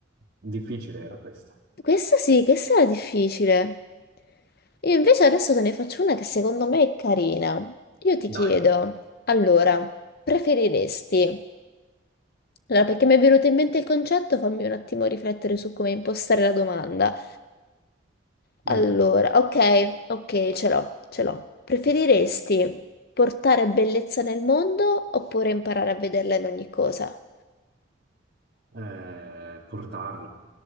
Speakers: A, on the right; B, on the left.
A: Difficile era questa.
B: Questa sì, questa era difficile. Io invece adesso te ne faccio una che secondo me è carina. Io ti
A: Dai.
B: chiedo, allora, preferiresti... Allora, perché mi è venuto in mente il concetto, fammi un attimo riflettere su come impostare la domanda. Allora,
A: Mm.
B: ok, ok, ce l'ho, ce l'ho. Preferiresti portare bellezza nel mondo oppure imparare a vederla in ogni cosa?
A: Eh, portarla.